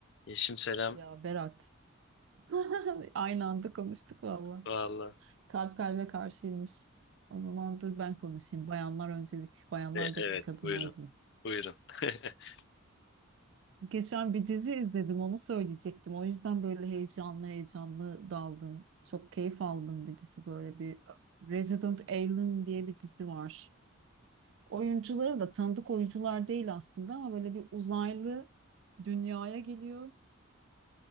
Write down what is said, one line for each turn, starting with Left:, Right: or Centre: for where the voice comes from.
Left: Yeşim selam.
Right: Ya Berat. <laughs> Aynı anda konuştuk valla.
Left: Valla.
Right: Kalp kalbe karşıymış. O zaman dur ben konuşayım. Bayanlar öncelik. Bayanlar
Left: E,
Right: da
Left: evet
Right: bir kadınlar
Left: buyurun.
Right: değil.
Left: Buyurun. <laughs>
Right: Geçen bir dizi izledim onu söyleyecektim. O yüzden böyle heyecanlı heyecanlı daldım. Çok keyif aldım bir dizi böyle bir Resident Alien diye bir dizi var. Oyuncuları da tanıdık oyuncular değil aslında ama böyle bir uzaylı dünyaya geliyor.